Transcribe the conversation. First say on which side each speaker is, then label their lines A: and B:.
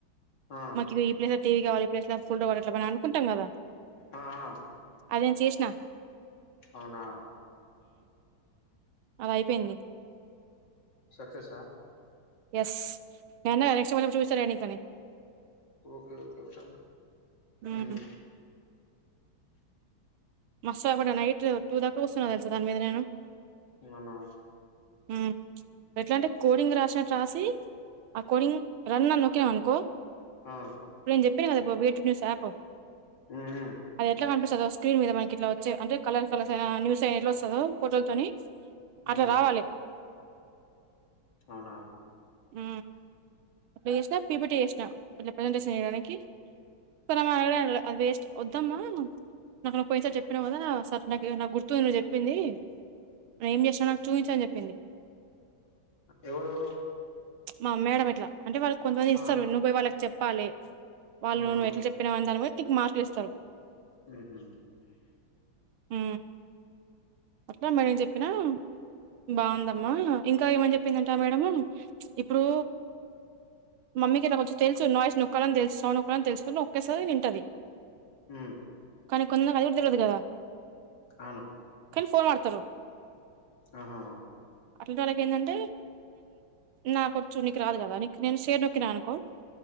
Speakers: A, on the left (about 60°); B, on the right (about 85°).
A: ఆ
B: మాకి ఇది ఈ ప్లేస్ టీవి కావాలి ఈ ప్లేస్ లో <unintelligible> అని అనుకుంటాం కదా
A: ఆ ఆ
B: అదినేను చేసిన
A: అవునా
B: అలా అయిపోయింది నీకు
A: సక్సెసా
B: ఎస్ <unintelligible> న ఎక్స్ప్పు చూసార ఎనిత
A: ఓకే ఓకే బేటా
B: హ్మ్
A: ఉమ్
B: మస్తు అక్కడ నైట్ టూ దాకా వస్తున్నా తెలుసా దాని మీద నేను
A: అవునా
B: ఉ ఎట్లా అంటే కోడింగ్ రాసినట్టు రాసి ఆ కోడింగ్ రన్ అని నొక్కినం అనుకో
A: ఆ
B: ఇప్పుడు నేను చెప్పిన కదా వే టు న్యూస్ యాప్
A: ఉమ్ ఉమ్
B: అది ఎట్లా కనిపిస్తదో స్క్రీన్ మీద మనకి ఇట్లా వచ్చేవి అంటే కలర్ కలర్స్ అయినా న్యూస్ అయినా ఎట్ల వస్తదో ఫోటోల తోని అట్లా
A: ఉమ్
B: రావాలి.
A: అవునా
B: ఉ అట్లా చేసిన పి పి టీ చేసిన. అట్లా ప్రెసెంటేషన్ చేయడానికి. ఆ అది వేస్ట్ వద్దమ్మా నాకు నువ్వు పోయినసారి చె చెప్పినవు కదా సరే నాకు నాకు గుర్తుంది నువ్వు చెప్పింది నేను ఏం చేసినావు నాకు చూపించని చెప్పింది
A: ఎవరు
B: మా మేడం ఇట్లా అంటే వాళ్ళకి కొంతమంది ఇస్తారు
A: ఆ
B: నువ్వు పోయి వాళ్ళకి చెప్పాలి వాళ్ళు
A: ఆహా
B: నువ్వు ఎట్లా చెప్పినవు అన్న దాన్నిబట్టి టిక్ మార్కులు ఇస్తారు
A: ఉహు
B: ఉ అట్లా మేడమ్ కి చెప్పినా బాగుందమ్మా ఇంకా ఏమని చెప్పిందంటే ఆ మేడం ఇప్పుడు మమ్మీకి ఇట్ల కొంచెం తెలుసు నాయిస్ నోక్కాలని తెలుసు సౌండ్ నొక్కాలని తెలుసు నొక్కేస్తది వింటది.
A: ఉమ్
B: కానీ కొంతమంది అది కూడా తెల్వదు కదా
A: అవును
B: కాని ఫోను వాడుతరు
A: ఆహా
B: అట్లాంటోల్లాకు ఎందంటె నాకు ఒచ్చు నీకు రాదుకదా నీకు నేను షేర్ నొక్కిన అనుకో